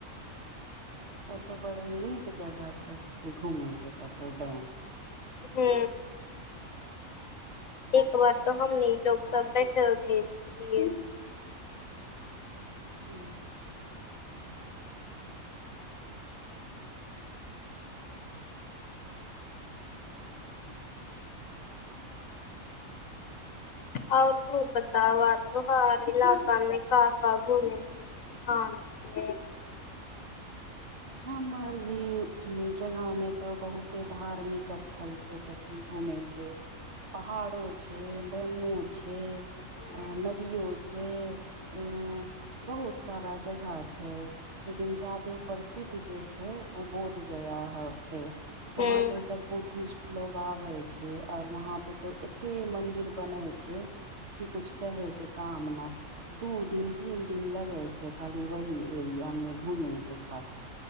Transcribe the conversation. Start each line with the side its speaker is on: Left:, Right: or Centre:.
Right: तब तो बड़ नीक जगह छै सी घूमे के त तो डैम
Left: हू एक बेर तऽ हमनी सभ बैसल रही छियै।
Right: हूँ <inaudible>
Left: आउ, तू बताओ, आओर तू हर इलाकामे काँ काँ घूमे? ह से
Right: <inaudible> हमर भी जगहमे तऽ बहुते धार्मिक स्थल छै सभ। कि घूमैके पहाड़ो छै, डेमो छै।
Left: हूँ
Right: आ नदीओ छै। बहुत सारा जगह छै, लेकिन जादे पास। जे छै ओ बोधगया हऽ छै,
Left: हूँ
Right: वहाँपर सभ बुद्धिस्ट लोक आबै। आओर वहाँपर तऽ एते मंदिर बनै छै। की, किछु कहैके काम न? दू दिन तीन दिन लगै छै खाली ओहि एरियामे घूमैके खातिर।